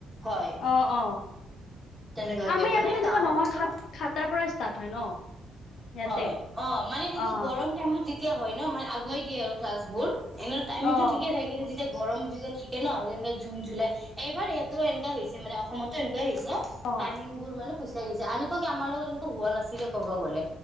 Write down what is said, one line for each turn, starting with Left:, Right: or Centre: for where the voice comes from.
Right: হয়
Left: অ অ
Right: তেনেকুৱাকে
Left: আমাৰ ইয়াতো
Right: মানে
Left: তেনেকুৱা
Right: গাঁৱতটো
Left: নহয় সাত সাতাৰ পৰা ষ্টাৰ্ট হয় ন ইয়াতে
Right: হয় অ মানে তেতিয়া
Left: অ',
Right: গৰম টাইমত যেতিয়া হয় ন মানে আগুৱাই দিয়ে আৰু ক্লাছবোৰ এনে টাইমিংটো
Left: অ',
Right: ঠিকেই থাক কি যেতিয়া গৰম যে যে থাকে ন যেনেকে জুন জুলাই এইবাৰ ইহাতো এনেককা হৈছে মানে অসমতো এ
Left: অ',
Right: টাইমিং বোৰ মানে পিচুৱাই দিছে আনেুৱা কি আমাৰ লগত হোৱা নাছিলে ক'ব গ'লে